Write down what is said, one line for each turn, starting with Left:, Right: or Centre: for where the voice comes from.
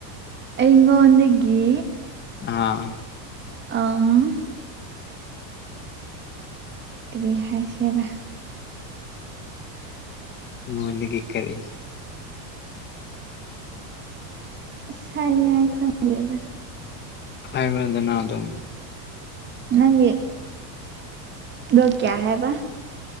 Right: ꯑꯩꯉꯣꯟꯗꯒꯤ
Left: ꯑꯥ
Right: ꯑꯝ ꯀꯔꯤ ꯍꯥꯏꯁꯤꯔꯥ
Left: ꯃꯣꯏꯗꯒꯤ ꯀꯔꯤ
Right: ꯑꯁ ꯍꯥꯏꯅꯤꯈꯥꯏ ꯈꯪꯗꯦꯗ
Left: ꯍꯥꯏꯕꯗꯅ ꯑꯗꯨꯝ
Right: ꯅꯪꯒꯤ ꯑꯗꫭ ꯀꯌꯥ ꯍꯥꯏꯕ